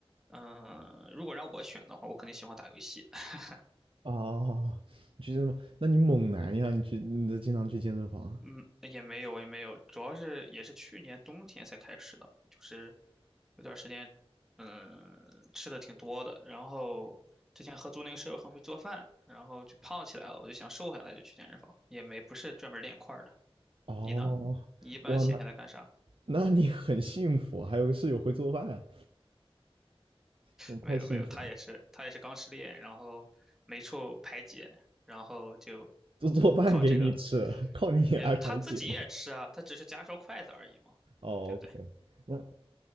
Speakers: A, in the centre; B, on the right.
A: 嗯、如果让我选的话，我肯定喜欢打游戏。<laughs>
B: 哦，你去健身房？那你猛男呀？你去，你都经常去健身房？
A: 嗯，也没有，也没有，主要是也是去年冬天才开始的，就是有段时间，嗯，吃的挺多的，然后之前合租那个舍友很会做饭，然后就胖起来了，我就想瘦下来，就去健身房，也没不是专门练块儿的。
B: 哦，
A: 你呢？你一般闲下来干啥？
B: 哇，那 <laughs> 那你很幸福啊，还有个室友会做饭，那太幸福了，
A: 没有没有，他也是他也是刚失恋，然后没处排解，然后就
B: 做做饭给你吃，
A: 靠这个
B: <laughs> 靠你来排解吗？
A: 也他自己也吃啊，他只是夹双筷子而已嘛，
B: 哦
A: 对不对？
B: ，OK，那